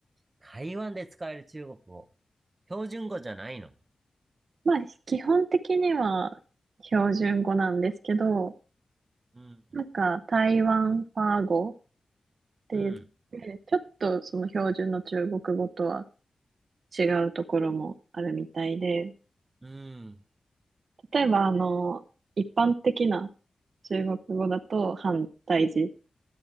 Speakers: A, on the right; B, on the right.
A: 台湾で使える中国語。標準語じゃないの
B: まあ、基本的には標準語なんですけど、
A: うん、
B: なんか台湾ファー語て言って、
A: うん、
B: ちょっとその標準の中国語とは違うところもあるみたいで、
A: うん、
B: 例えばあの、一般的な中国語だと反対字